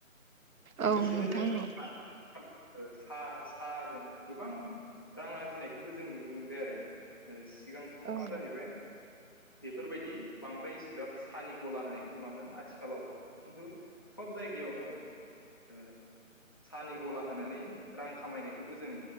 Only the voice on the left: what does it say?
लोगोसेनो
जों
आ <unintelligible> सा साजों गोबां रां आरजिनायखौबो जों नुनो मोनबाय आरो ओ सिगां समाव
मा
जाहैबाय बेफोरबायदि बांद्राय एसिग्राब सानि गला होनायखौ नुवामोन आथिखा खालाव खिन्थु सब जायगायावनो ओ सानि गला होनानै रां खामायनायखौबो जों